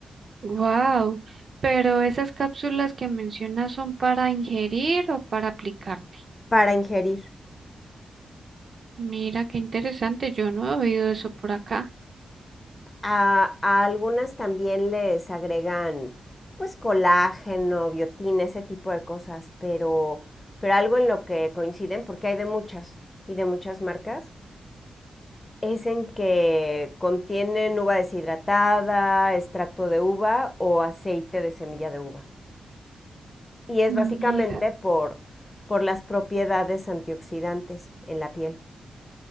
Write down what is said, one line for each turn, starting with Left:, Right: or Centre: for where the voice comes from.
Right: Wow, pero esas cápsulas que mencionas son para ingerir o para aplicarte.
Left: para ingerir.
Right: Mira, qué interesante, yo no he oído eso por acá.
Left: A, a algunas también les agregan pues colágeno, biotina, ese tipo de cosas, pero, pero algo en lo que coinciden, porque hay de muchas y de muchas marcas, Es en que contienen uva deshidratada, extracto de uva o aceite de semilla de uva. Y es
Right: Mira,
Left: básicamente por, por las propiedades antioxidantes en la piel.